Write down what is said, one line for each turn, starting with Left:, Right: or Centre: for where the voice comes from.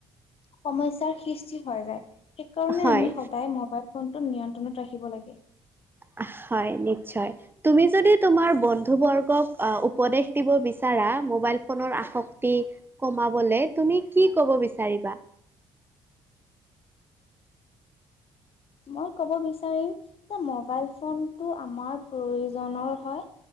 Left: সমস্যাৰ সৃষ্টি হয় যায় সেইকাৰণে
Right: হয়
Left: আমি সদায় মোবাইল ফোনটোত নিয়ন্ত্ৰণত ৰাখিব লাগে
Right: অ হয় নিশ্চয় তুমি যদি তোমাৰ বন্ধু বৰ্গক উপদেশ দিব বিচাৰা মোবাইল ফোনৰ আসক্তি কমাবলে তুমি কি ক'ব বিচাৰিবা?
Left: মই ক'ব বিচাৰিম যে মোবাইল ফোনটো আমাৰ প্ৰয়োজ হয়,